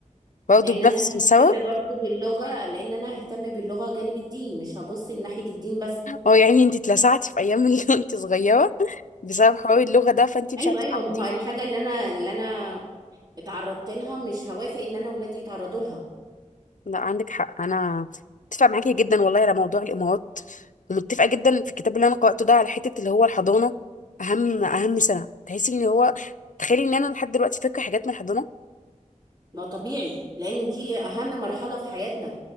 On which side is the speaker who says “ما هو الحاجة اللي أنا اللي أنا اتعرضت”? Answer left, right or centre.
Right